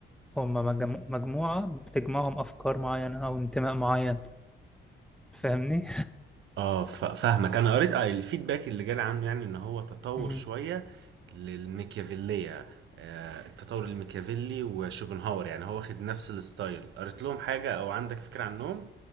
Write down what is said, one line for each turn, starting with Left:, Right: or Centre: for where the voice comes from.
Centre: هم مجم- مجموعة بتجمعهم أفكار معينة أو انتماء معين فاهمني؟
Right: اه ف- فاهمك انا قريت آه، الفيدباك اللي جالي عنه يعني ان هو تطور
Centre: مم.
Right: شويه للميكيافيليه آه، التطور الميكيافيلي وشوبنهاور يعني هو واخد نفس الستايل قريت لهم حاجه او عندك فكره عنهم